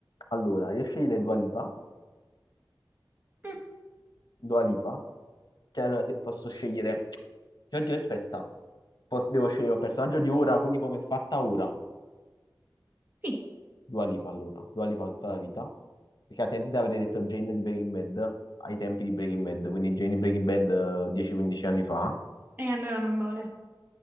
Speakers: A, on the left (about 55°); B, on the right (about 25°).
A: Allora, io sceglierei Dua Lipa,
B: Mm,
A: Dua Lipa, cioè allora, se posso scegliere, oddio aspetta, po- devo scegliere un personaggio di ora, quindi come è fatta ora,
B: sì,
A: Dua Lipa allora, Dua Lipa tutta la vita, perché altrimenti ti avrei detto Jane di Breaking Bad ai tempi di Breaking Bad, quindi Jane di Breaking Bad eh, 10-15 anni fa.
B: e allora non vale.